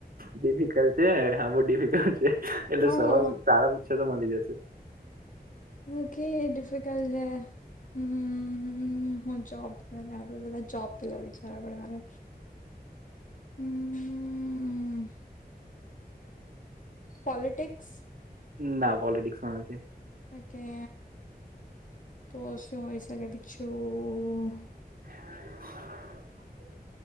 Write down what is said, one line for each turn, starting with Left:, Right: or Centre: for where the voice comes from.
Right: ડિફિકલ્ટ છે આ બહુ ડિફિકલ્ટ છે એટલે
Left: હા
Right: સવાલ સારા હે તો મલી જશે.
Left: ઓકે ડિફિકલ્ટ છે. હમ હું જોબ કરે આપડે પેલા જોબ પેલા વિચાર આપડે મારે. હમ. પોલિટિક્સ.
Right: ના પોલિટિક્સ માં નથી.
Left: ઓકે તો શું હોય શકે પીછું.
Right: <inaudible>